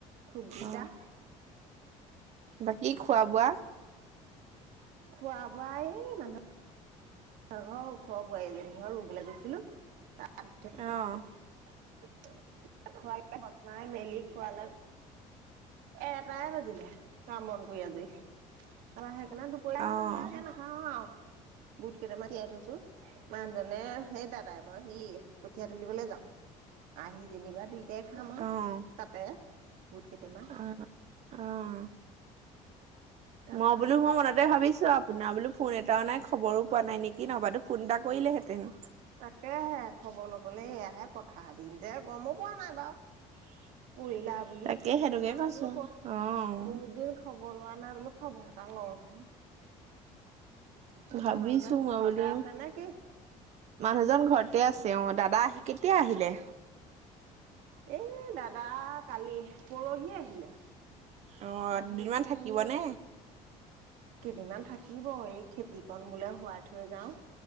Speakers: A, on the right; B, on the right.
A: ঠোক কেইটা।
B: অ', বাকী খোৱা-বোৱা?
A: খোৱা-বোৱা এই মানুহ <unintelligible> ঘৰৰ ওচৰৰ বোৱাৰী এজনী ঘৰত ৰুবলে গৈছিলোঁ। তাৰ <unintelligible>
B: অ',
A: <unintelligible> বনাই মেলি খুৱালে। এটাই বাজিলে কাম-বন কৰি আজৰি হৈ, তাৰপৰা সেইকাৰণে দুপ দূপৰীয়া
B: অ',
A: হ'ল যে এতিয়া নাখাওঁ আৰু। বুট কেইটামান তিয়াই থৈছোঁ মানুহজনে সেই দাদাই মই হেৰি কঠীয়া তুলিবলে যাওঁ, আহি যেনিবা দুইটাই খাম
B: অ',
A: আৰু। তাতে বুট কেইটামান
B: অহ', অহ'।
A: তাৰপা
B: মই বোলোঁ, মই মনতে ভাবিছোঁ আৰু আপোনাৰ বোলো ফোন এটাও নাই খবৰো পোৱা নাই নেকি, নহ'বাতো ফোন এটা কৰিলেহেঁতেন।
A: তাকেহে, খবৰ ল'বলৈ এয়াহে পথাৰৰ দিন যে গমো পোৱা নাই বাৰু। পৰিলা বুলি,
B: তাকে সেইটোকে
A: সেইকাৰণে
B: কৈছো
A: বোলো প
B: অ',
A: বহুত দিন খবৰ লোৱা নাই বোলোঁ, খবৰ এটা লওঁচোন। তাৰপৰা
B: ভাবিছো
A: মানুহজন
B: মই
A: ঘৰতে
B: বোলোঁ।
A: আছে নে কি
B: মানুহজন ঘৰতে আছে অ', দাদা আহি কেতিয়া আহিলে?
A: এই দাদা কালি, পৰহি আহিলে।
B: অ',
A: আহিলে
B: দুদিনমান থাকিবনে?
A: হেৰি। কেইদিনমান থাকিব, এই খেতিকন বোলে হোৱাই থৈ যাওঁ।